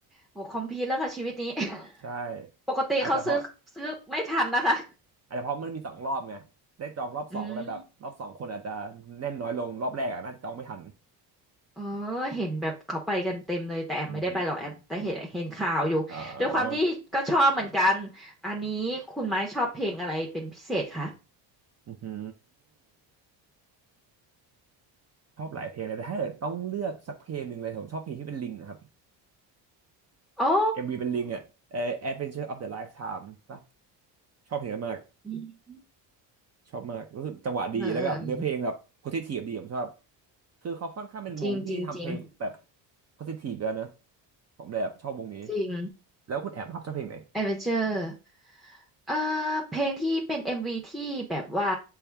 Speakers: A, in the centre; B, on the right.
A: โหคอมพีทแล้วค่ะชีวิตนี้ <laughs>
B: ใช่
A: ปกติเขาซื้อซื้อไม่ทันนะคะ
B: อาจจะเพราะอาจจะเพราะมันมีสองรอบไงได้จองรอบสองอะไรแบบรอบสองคนอาจจะแน่นน้อยลงรอบแรกอะน่าจะจองไม่ทัน
A: อืม เออเห็นแบบเขาไปกันเต็มเลยแต่แอมไม่ได้ไปหรอกแอมแต่เห็นเห็นข่าวอยู่ด้วยความที่ก็ชอบเหมือนกัน
B: อืมอ๋อ
A: อันนี้คุณไม้ชอบเพลงอะไรเป็นพิเศษคะ
B: อือหือชอบหลายเพลงเลยแต่ถ้าเกิดต้องเลือกสักเพลงหนึ่งเลยผมชอบเพลงที่เป็นลิงนะครับ
A: โอ๋อ
B: MV เป็นลิงอ่ะเออ Adventure of the Lifetime ป่ะชอบเพลงนั้นมาก
A: ืม
B: ชอบมากรู้สึกจังหวะดีแล้วก็แบบเนื้อเพลงแบบโพสิทีฟดีผมชอบ
A: เออเออเออ
B: คือเขาค่อนข้างเป็นวงที่ทำเพลงแบบ
A: จริงจริงจริง
B: โพสิทีฟแล้วเนอะผมเลยแบบชอบวงนี้
A: จริง
B: แล้วคุณแอมครับชอบเพลงไหน
A: เอเวอเจอร์เอ่อเพลงที่เป็นเอ็มวีที่แบบว่า